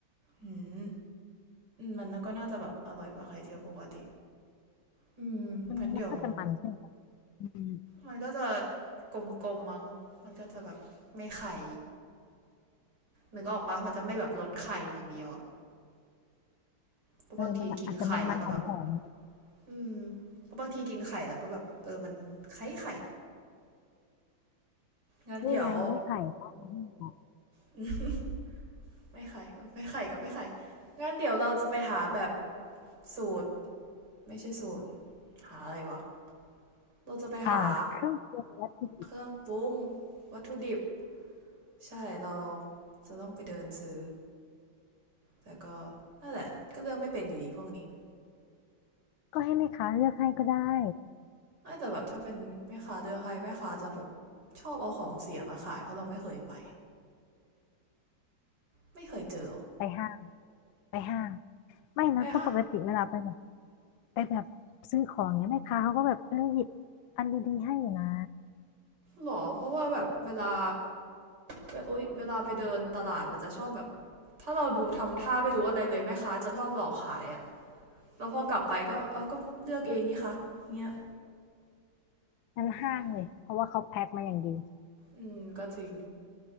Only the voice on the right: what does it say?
อืมมันแล้วก็น่าจะแบบอร่อยกว่าไข่เจียวปกติ อืมงั้นเดี๋ยว
มันก็จะกลมๆมั้งมันก็จะแบบไม่ไข่นึกออกปะมันจะไม่แบบลดไข่อย่างเดียวอะเพราะบางทีกินไข่แล้วก็แบบ
อืมเพราะบางทีกินไข่แล้วก็แบบเออมันไข่ไข่
งั้นเดี๋ยว <laughs> ไม่ไข่เออไม่ไข่ก็ไม่ไข่งั้นเดี๋ยวเราจะไปหาแบบสูตรไม่ใช่สูตรหาอะไรวะเราจะไปหา
เครื่องปรุงวัตถุดิบใช่เราจะต้องไปเดินซื้อ แต่ก็นั่นแหละก็เลือกไม่เป็นอยู่ดีพวกนี้
แต่แบบถ้าเป็นแม่ค้าเลือกใครแม่ค้าจะแบบชอบเอาของเสียมาขายเพราะเราไม่เคยไปไม่เคยเจอ
ไปค่ะ
หรอเพราะว่าแบบเวลาเวอุยเวลาไปเดินตลาดมันจะชอบแบบถ้าเราดูทำท่าไม่รู้อะไรเลยแม่ค้าจะชอบหลอกขายอะแล้วพอกลับไปก็เออก็เลือกเองนี่คะเงี้ย
แม่อืมก็จริง